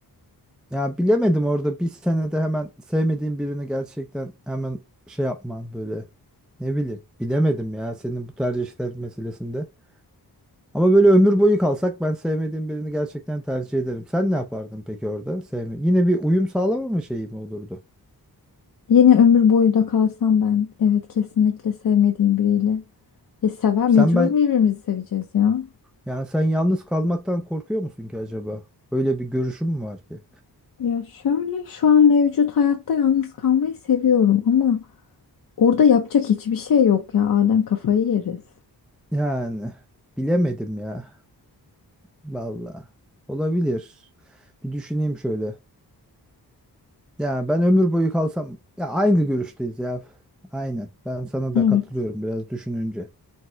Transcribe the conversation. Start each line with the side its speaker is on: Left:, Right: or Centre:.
Centre: Ya bilemedim orada bir senede hemen sevmediğin birini gerçekten hemen şey yapman böyle. Ne bileyim bilemedim ya senin bu tercihler meselesinde. Ama böyle ömür boyu kalsak ben sevmediğim birini gerçekten tercih ederim. Sen ne yapardın peki orada? Sevme. Yine bir uyum sağlamama şeyi mi olurdu?
Left: Yine ömür boyu da kalsam ben evet kesinlikle sevmediğim biriyle. Ya sever mecbur
Centre: Sen ben
Left: birbirimizi seveceğiz ya.
Centre: yani sen yalnız kalmaktan korkuyor musun ki acaba? Öyle bir görüşüm mü var ki?
Left: Ya şöyle şu an mevcut hayatta yalnız kalmayı seviyorum ama orada yapacak hiçbir şey yok ya. Adem kafayı yeriz.
Centre: Yani bilemedim ya. valla olabilir. Bir düşüneyim şöyle. Ya ben ömür boyu kalsam ya aynı görüşteyiz ya. Aynen. Ben sana
Left: Evet.
Centre: da katılıyorum biraz düşününce.